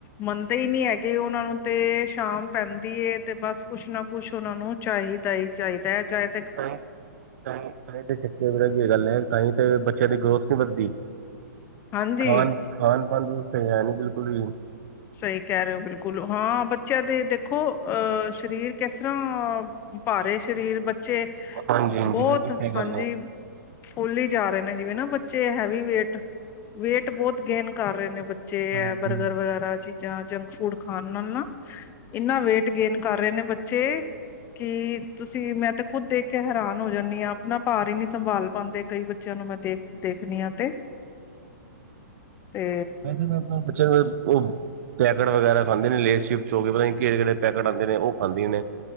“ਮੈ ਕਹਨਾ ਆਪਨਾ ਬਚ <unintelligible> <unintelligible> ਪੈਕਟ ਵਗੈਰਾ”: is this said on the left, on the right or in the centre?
Right